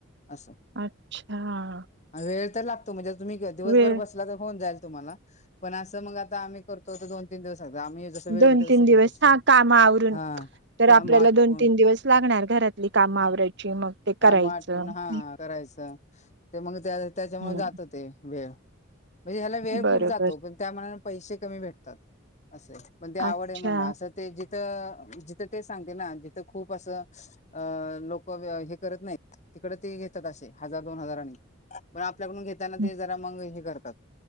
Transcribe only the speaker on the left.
असं
वेळ तर लागतो म्हणजे, तुम्ही दिवसभर
बसला तर होऊन जाईल. तुम्हाला पण अस मग आता आम्ही करतोत दोन तीन दिवस लागतात. आम्ही जसं वेळ
भेटेल तसं
करत असतो
हा
काम
आटपून
का आटपुन हा
करायचं ते मग त्या त्याच्यामुळे
जात ते वेळ म्हणजे ह्याला वेळ
खूप जातो पण, त्यामानाने पैसे कमी भेटतात. असं आहे पण ते आवड
आहे म्हणून असं ते जिथं, जिथं ते सांगते ना जिथं खूप असं अ लोक करत नाही तिकड ते घेतात असे हजार दोन हजाराने पण आप आपल्याडून घेताना
ते जरा मग हे करत मग आता